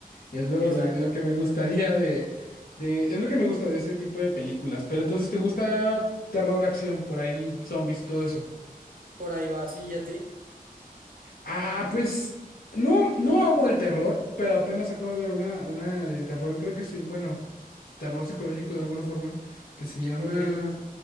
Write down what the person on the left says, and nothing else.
Es lo,
lo- lo que me gustaría de, de... Es lo que me gusta de ese tipo de películas. Pero entonces, ¿te gusta terror, acción, por ahí, zombies, todo
Ah, pues no, no amo el terror, pero apenas acabo de ver una, una de terror, creo que sí, bueno, terror psicológico de alguna forma, que se llama